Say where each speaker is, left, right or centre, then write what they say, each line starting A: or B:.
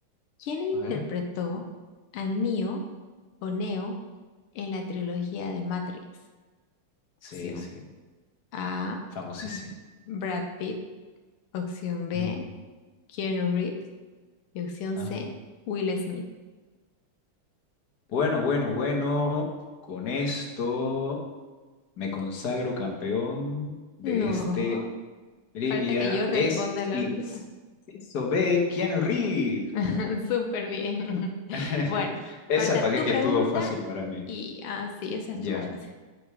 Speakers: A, on the left (about 85°); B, on the left (about 50°).
A: ¿Quién interpretó
B: A ver.
A: a Neo o Neo en la trilogía de Matrix?
B: Sí,
A: Opción
B: sí,
A: A,
B: famosísimo.
A: M- Brad Pitt. Opción B,
B: Mm.
A: Keanu Reeves. Y opción
B: Ah,
A: C, Will Smith.
B: Bueno, bueno, bueno. Con esto me consagro campeón de
A: No,
B: este trivia.
A: falta que yo responda
B: Es
A: la
B: inciso
A: última.
B: B, Keanu Reeves.
A: <laughs> Súper bien. <laughs>
B: <laughs>
A: Bueno,
B: Esa
A: falta
B: para qué
A: tu
B: que
A: pregunta
B: estuvo fácil para mí.
A: y ah, sí, esa
B: Ya.
A: estuvo fácil.